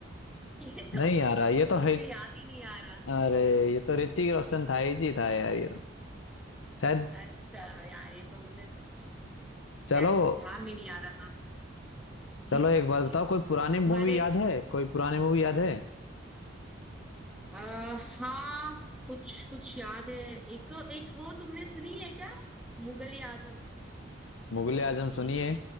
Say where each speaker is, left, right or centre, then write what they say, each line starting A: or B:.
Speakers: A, in the centre; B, on the left (about 80°).
A: <laughs> ये
B: नहीं
A: तो अ,
B: यार ये तो
A: मुझे
B: है
A: याद ही नहीं आ रहा
B: अरे ये तो ऋतिक रोशन था ही जी था यार ये तो शायद
A: अच्छा यार ये तो मुझे
B: चलो
A: शायद मुझे ध्यान में नहीं आ रहा था जी
B: चलो एक
A: जी जी
B: बात
A: जी
B: बताओ कोई पुरानी मूवी
A: तुम्हारे
B: याद है कोई पुरानी मूवी याद है
A: आ, हाँ कुछ कुछ याद है एक एक वो तुमने सुनी है क्या मुगले आजम
B: मुगले आजम
A: मूवी
B: सुनिए
A: है